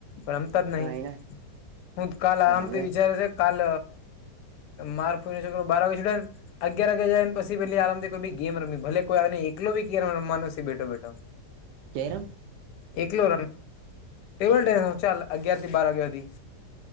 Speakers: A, on the left; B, on the right.
A: પરમ તા જ નહીન
B: હા એના
A: હું કાલ આરામથી
B: હવે
A: વિચાર છે કાલ માર્ હોઈ શકે, બાર વાગે છુટન અગિયાર વાગ્યે જાય પછી. પેલી આરામથી કોઈ ગેમ રમી ભલે કોઈ એકલો ભી રમવાનો સે બેઠો બેઠો.
B: જયરામ
A: એકલો રમ ટેબલ ટેનિસ હ ચાલ અગિયાર થી બાર વાગ્યા હુધી.